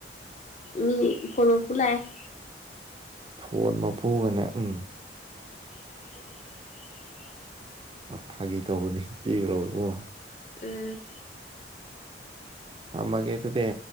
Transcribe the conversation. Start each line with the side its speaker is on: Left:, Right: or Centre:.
Left: ꯃꯤ ꯐꯣꯟ ꯃꯥꯄꯨ ꯂꯛꯑꯦ
Right: ꯐꯣꯟ ꯃꯄꯨꯒꯅꯦ ꯎꯝ
Left: <unintelligible>
Right: ꯐꯥꯒꯤ ꯇꯧꯕꯅꯦ ꯄꯤꯈ꯭ꯔꯣ ꯑꯣ
Left: ꯎꯝ
Right: ꯊꯝꯃꯒꯦ ꯑꯗꯨꯗꯤ